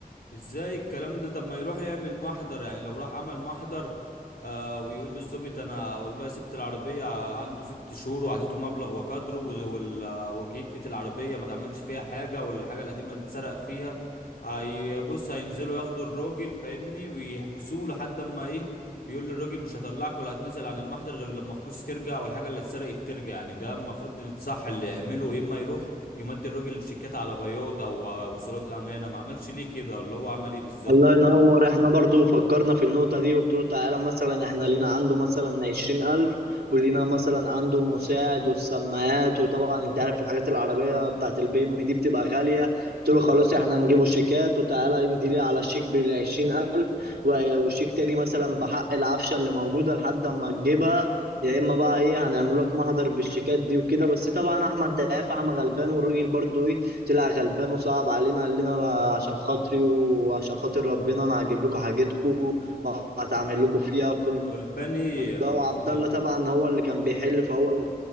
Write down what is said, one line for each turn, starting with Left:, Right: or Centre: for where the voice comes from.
Left: ازاي الكلام ده طب ما يروح يعمل محضر يعني لو راح عمل محضر آه ويقول للظابط انا والله سبت العربيه عنده ست شهور وعطيته مبلغ وقدره وز- وال- وجيت لقيت العربيه ما تعملش فيها حاجه والحاجه القديمه اللي اتسرق فيها هيبص هينزلوا ياخدوا الراجل فاهمني ويحبسوه لحد اما ايه يقول للراجل مش هطلعك ولا هتنزل عن المحضر غير لما فلوسي ترجع والحاجه اللي اتسرقت ترجع يعني ده المفروض الصح اللي يعمله يا اما يروح يمد الراجل شيكات على بياض او على وصولات امانه ما عملش ليه كده ولا هو عمل ايه بالظبط
Right: الله ينور احنا برضو فكرنا في النقطة دي قلت له تعالى مثلا احنا لينا عنده مثلا عشرين ألف ولينا مثلا عنده مساعد والسماعات وطبعا انت عارف الحاجات العربية بتاعت البي ام دي بتبقى غالية قلت له خلاص احنا نجيبه شيكات وتعالى امضي لي على شيك بالعشرين ألف و- وشيك تاني مثلا بحق العفشة اللي موجودة لحد ما تجيبها يا اما بقى ايه هنعمل لك محضر بالشيكات دي وكده بس طبعا احمد انت عارف احمد غلبان والراجل برضو إيه، طلع غلبان وصعب علينا قال لنا بقى عشان خاطري وعشان خاطر ربنا انا هجيب لكم حاجتكم وهتعمل لكم فيها وكل
Left: غلباني
Right: ده وعبد
Left: غلب
Right: الله طبعا هو اللي كان بيحل فهو اللي